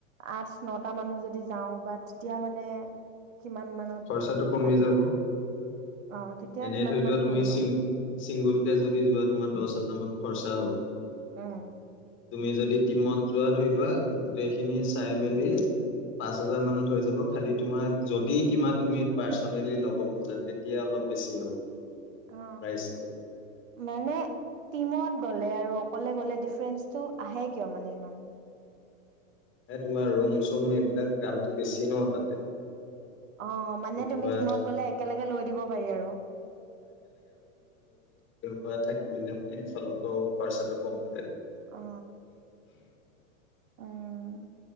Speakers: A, on the right (about 70°); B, on the left (about 30°).
A: আঠ নটা মানুহ যদি যাওঁ বা তেতিয়া মানে কিমান মানত
B: খৰচাটো কমি
A: আহিব
B: যাব
A: অ তেতিয়া
B: এনেই
A: কিমান
B: ধৰি
A: মান
B: লোৱা তুমি
A: পৰিব
B: চিং চিংগুলকে যদি যোৱা তোমাৰ দহ হাজাৰ মান খৰচা হ'ব
A: উম
B: তুমি যদি টিমত যোৱা ধৰি লোৱা গোটেইখিনি চাই মেলি পাঁচ হাজাৰ মানত হৈ যাব খালি তোমাৰ যদি কিবা তুমি পাৰ্চনেলি ল'ব খোজা তেতিয়া অলপ বেছি হ'ব
A: অ
B: প্ৰাইচটো।
A: মানে টিমত গ'ল লে আৰু অকলে গ'লে ডিফাৰেঞ্চটো আহে কিয় মানে ইমান
B: এ তোমাৰ ৰুম চোম এইবিলাক দামটো বেছি ন তাতে
A: অ মানে
B: ধৰি
A: তুমি
B: লোৱা
A: টিমত গলে একেলগে লৈ দিব পাৰি আৰু
B: ত থাকি দিলে মানে এইফালৰ পৰাও খৰচাটো কমি যায়
A: অ উম